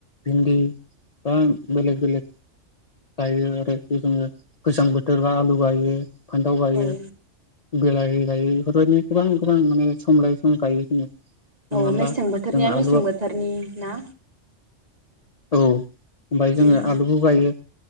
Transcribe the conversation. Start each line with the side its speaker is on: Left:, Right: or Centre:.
Left: भिन्दि बा बेलग बेलग गायो आरो जोङो गोजां बोथोर बा आलु गायो। फान्थाव गायो
Right: औ
Left: बिलाहि गायो बेफोरबायदि। गोबां गोबां माने सम लायै सम गायो जोङो। हमना
Right: औ मेसें
Left: ला
Right: बोथोरनिया
Left: जों आलु
Right: मेसें बोथोरनि ना।
Left: औ ओमफ्राय जोङो
Right: उम
Left: आलुबो गायो।